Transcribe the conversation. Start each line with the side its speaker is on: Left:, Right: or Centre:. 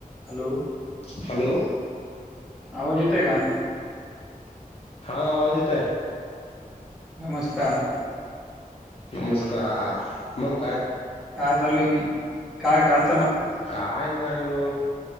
Centre: हॅलो,
Left: हॅलो
Centre: आवाज येतेय का?
Left: हा अजित आहे.
Centre: नमस्कार,
Left: नमस्कार, मग. ऽ
Centre: काय चालू आहे काय? कालऽ
Left: काय नाही हो,